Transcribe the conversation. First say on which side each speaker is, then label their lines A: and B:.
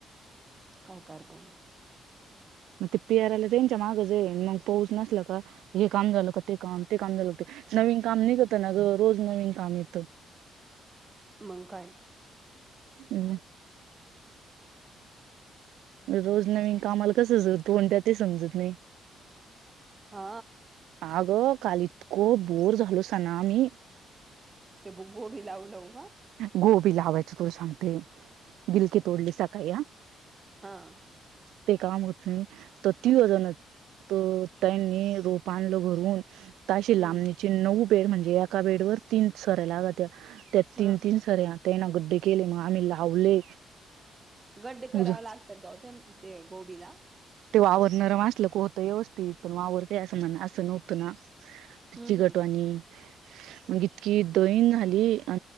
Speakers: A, on the right; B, on the right.
A: काय करते
B: मग तेपेरायला त्यांच्या माग जा येईन मग पाऊस नसला का हे काम झालं हो का ते काम ते काम झालं होते नवीन काम नाही करत ना ग रोज नवीन काम येतं
A: म काय
B: हम रोज नवीन कामाला कस जोडतो कोणत्या ते समजत नाही
A: हा
B: अग काल इतकं बोर झालं सना मी
A: ते बुगो बी लावू लाव का
B: गोबी लावायचं तू सांगते गिलकी तोडली सकाळी या
A: हां
B: ते काम होत नाही तर ती अजणत त त्यांनी रोप आणलं घरून तशी
A: हम्म
B: लांबणीची नऊ बेड म्हणजे एका बेड वर तीन सरायलागात तीन
A: हा
B: तीन सऱे त्यां ना गड्डे केले मग आम्ही लावले
A: गड्डे कराव
B: उज
A: लागतात ग ते ते गोबीला
B: ते वावरणं रमचलं होतं व्यवस्थित पण वावरतेय असं म्हण असं नव्हतं ना
A: हम्म
B: ची
A: हम्म
B: गटवाणी मग इतकी दहीन झाली अ